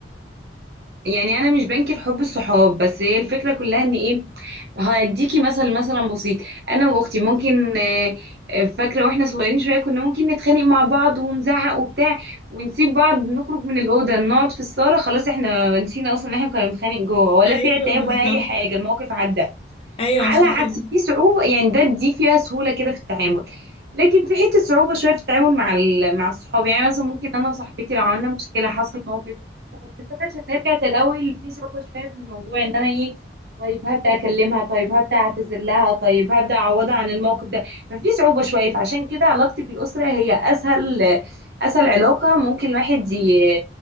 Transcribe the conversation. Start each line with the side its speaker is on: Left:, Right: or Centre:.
Right: يعني انا مش بنكر حب الصحاب بس هي الفكره كلها ان ايه هديكي مثل مثلا بسيط انا واختي ممكن آه، آه، فاكره واحنا صغيرين شويه كنا ممكن نتخانق مع بعض ونزعق وبتاع ونسيب بعض نخرج من الاوضه نقعد في الصاله خلاص احنا نسينا اصلا ان احنا كنا بنتخانق جوه ولا
Left: ايوه
Right: في عتاب
Left: بالظبط
Right: ولا اي حاجه الموقف عدى
Left: ايوه
Right: على
Left: فعلا
Right: عكس في صعوبة يعني ده دي فيها سهولة كده في التعامل لكن في حتة صعوبة شوية في التعامل مع ال... مع الصحاب يعني مثلا ممكن أنا وصاحبتي لو عملنا مشكلة حصل موقف بس أنا عشان نرجع زي الأول في صعوبة شوية في الموضوع إن أنا إيه طيب هبدأ أكلمها طيب هبدأ أعتذر لها طيب هبدأ أعوضها عن الموقف ده ففي صعوبة شوية فعشان كده علاقتي بالأسرة هي أسهل أسهل علاقة ممكن الواحد ي...